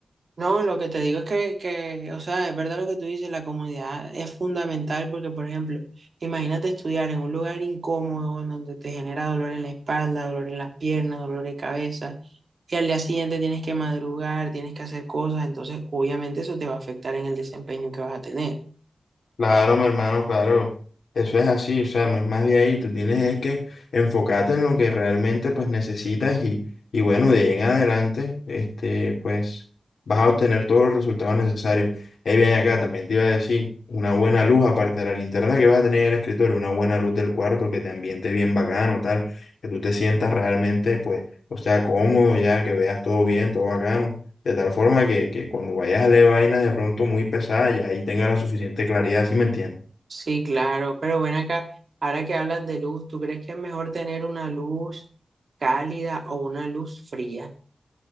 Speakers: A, on the right; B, on the left.
A: No, lo que te digo es que, que, o sea, es verdad lo que tú dices, la comunidad es fundamental porque, por ejemplo, imagínate estudiar en un lugar incómodo en donde te genera dolor en la espalda, dolor en las piernas, dolor de cabeza, y al día siguiente tienes que madrugar, tienes que hacer cosas, entonces obviamente eso te va a afectar en el desempeño que vas a tener.
B: Claro, mi hermano, claro. Eso es así, o sea, no es más de ahí. Tú tienes es que enfocarte en lo que realmente pues necesitas y, y bueno, de ahí en adelante, este, pues vas a obtener todos los resultados necesarios. Ahí bien acá, también te iba a decir, una buena luz aparte de la linterna que vas a tener en el escritorio, una buena luz del cuarto que te ambiente bien bacano, tal, que tú te sientas realmente, pues, o sea, cómodo ya, que veas todo bien, todo bacano. De tal forma que, que cuando vayas a leer vainas de pronto muy pesadas, ya ahí tengas la suficiente claridad, ¿sí me entiendes?
A: Sí, claro, pero bueno, acá, ahora que hablas de luz, ¿tú crees que es mejor tener una luz cálida o una luz fría